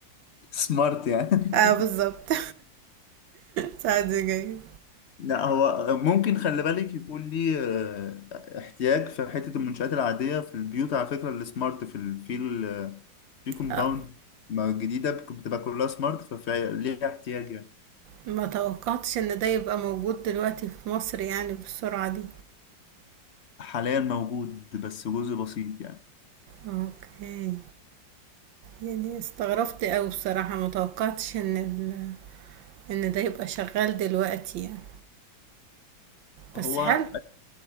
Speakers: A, on the left; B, on the right.
A: سمارت يعني
B: اه بالظبط <laughs> ساعة دي جاية
A: لا هو ممكن خلي بالك يكون ليه آه، احتياج في حتة المنشآت العادية في البيوت على فكرة السمارت في ال في ال آه، في كومباوند
B: آه،
A: جديدة بك- بتبقى كلها سمارت فليه احتياج يعني
B: ما توقعتش ان ده يبقى موجود دلوقتي في مصر يعني بالسرعة دي
A: حاليا موجود بس جزء بسيط يعني
B: اوكي يعني استغربت اوي بصراحة ما توقعتش ان ال... ان ده يبقى شغال دلوقتي يعني
A: هو
B: بس حلو